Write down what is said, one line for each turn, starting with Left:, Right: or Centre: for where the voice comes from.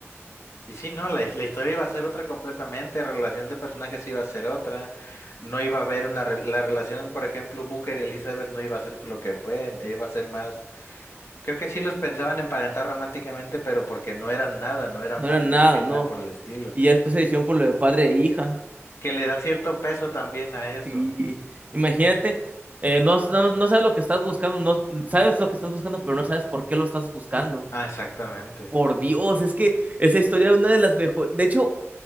Left: Y sí, no, la, his- la historia iba a ser otra completamente, relación de personajes iba a ser otra. No iba a haber una. re- la relación, por ejemplo, Booker y Elizabeth no iba a ser lo que fue, iba a ser más. Creo que sí los pensaban emparentar románticamente, pero porque no eran nada, no eran
Right: No
Left: padre
Right: era nada,
Left: e hija, y nada
Right: no.
Left: por el estilo.
Right: Y ya después se decidieron por lo de padre e hija.
Left: Que le da cierto peso también a eso.
Right: Sí. Imagínate, eh, no, no, no sabes lo que estás buscando, no sabes lo que estás buscando, pero no sabes por qué lo estás buscando.
Left: Ah, exactamente.
Right: Por Dios, es que esa historia es una de las mejores. De hecho,